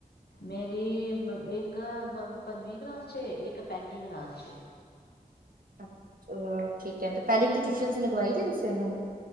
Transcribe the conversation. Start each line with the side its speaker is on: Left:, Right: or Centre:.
Left: ਮੇਰੀ ਇੱਕ ਪੰ- ਪੰਜਵੀ ਕਲਾਸ 'ਚੇ ਐ, ਇੱਕ ਪਹਲੀ ਕਲਾਸ 'ਚੇ ਐ।
Right: ਅੱਛਾ ਠੀਕ ਹੈ, ਤੇ ਪਹਿਲੇ ਕਿਤੇ ਟਿਊਸ਼ਨ ਲਗਵਾਈ ਸੀ, ਤੁਸੀਂ ਉਹਨਾਂ ਨੂੰ